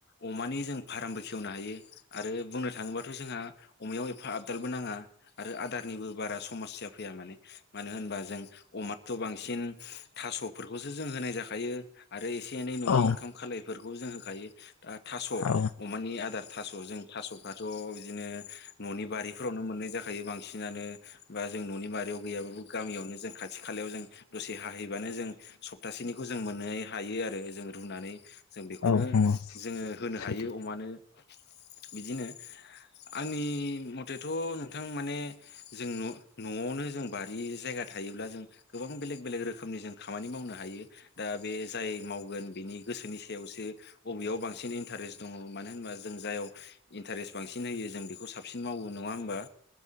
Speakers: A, on the left; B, on the left.
A: अमानि जों फार्मबो खेवनो हायो। आरो बुंनो थाङोबाथ' जोंहा अमायाव एफा आबदालबो नाङा। आरो आदारनिबो बारा समस्या फैया माने मानो होनबा जों अमा थ' बांसिन थास'फोरखौसो जों होनाय जाखायो। आरो एसे एनै न'नि
B: औ
A: ओंखाम खालायफोरखौ जों होखायो दा थास'
B: औ
A: अमानि आदार थास' जों थास'फ्राथ' बिदिनो न'नि बारिफोरावनो मोननाय जाखायो बां बांसिनानो बा जों न'नि मारियाव गैयाबाबो गामियावनो जों खाथि खालायाव जों दसे हाहैबानो जों सप्तासेनिखौ जों मोननो हायो आरो जों रुनानै जों बेखौनो
B: औ नंगौ
A: जोङो होनो
B: सैथो
A: हायो अमानो बिदिनो आंनि मथेथ' नोंथां माने जों न'आवनो जों बारि जायगा थायोब्ला जों गोबां बेलेग बेलेग रोखोमनि जों खामानि मावनो हायो दा बे जाय मावगोन बिनि गोसोनि सायावसो अबेयाव बांसिन इन्टारेस्ट दङ मानो होनबा जों जायाव इन्टारेस्ट बांसिन होयो जों बेखौ साबसिन मावो नङा होमबा